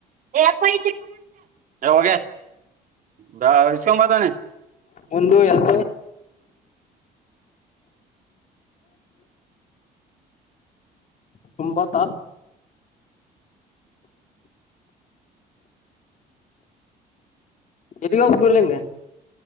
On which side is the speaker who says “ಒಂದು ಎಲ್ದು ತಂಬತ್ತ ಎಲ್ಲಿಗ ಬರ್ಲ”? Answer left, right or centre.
Left